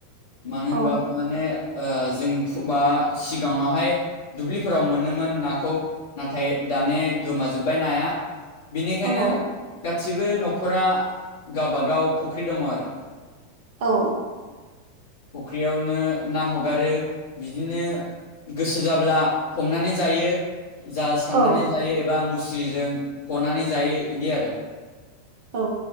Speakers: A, on the left (about 60°); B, on the right (about 50°).
A: मानो होनोबा
B: औ
A: माने जों मा सिगाङावहाय दुब्लिफोराव मोनोमोन नाखौ नाथाय दान गोमाजोब्बाय नाया बिनिखायनो
B: औ नंगौ
A: गासिबो न'खरा गावबागाव फुख्रि दङ आरो
B: औ
A: फुख्रियावनो ना हगारो बिदिनो गोसो जाब्ला हमनानै जायो जाल सारनानै
B: औ
A: जायो एबा मुस्रिजों हनानै जायो इदि आरो
B: औ